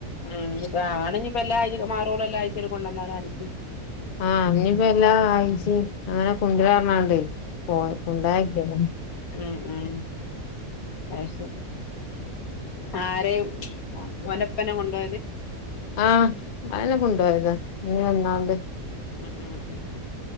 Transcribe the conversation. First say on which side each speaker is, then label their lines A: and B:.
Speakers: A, on the left (about 80°); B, on the left (about 50°).
A: ഉമ് ഇപ്പ ആണെങ്കിൽ ഇപ്പ എല്ലാ ആഴ മാറോള എല്ലാംഴച്ച കൊണ്ടന്നാലും അൻക്
B: ആഹ് ഇനിപ്പ എല്ലാ ആഴ്ച്ചേ അങ്ങനെ കുണ്ട്ര പറഞ്ഞാണ്ടേ പോ <unintelligible>
A: ഉമ് ഉമ് അയ് ശരി ആരെ ഒനപ്പനെ കൊണ്ടയത്
B: ആഹ് അയനെ കൊണ്ടയതാ പോയി വന്നാണ്ട്
A: ഉമ് ഉമ്